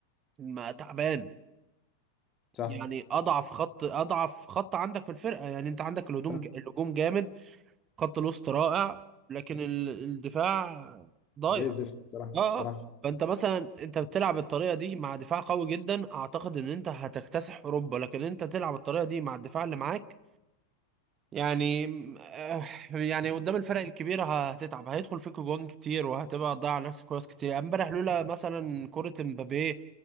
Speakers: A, on the right; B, on the left.
A: ما تعبان
B: صح
A: يعني أضعف خط أضعف خط عندك في الفرقة يعني أنت عندك الهجوم
B: صح
A: الهجوم جامد خط الوسط رائع لكن ال- الدفاع ضايع
B: زي الزفت بصراحه
A: اه
B: بصراحه
A: اه فانت مثلا انت بتلعب الطريقه دي مع دفاع قوي جدا اعتقد ان انت هتكتسح اوروبا لكن انت تلعب الطريقه دي مع الدفاع اللي معاك يعني آه، يعني قدام الفرق الكبيره هتتعب هيدخل فيك جوان كتير وهتبقى تضيع نفسك كويس كتير امبارح لولا مثلا كره امبابيه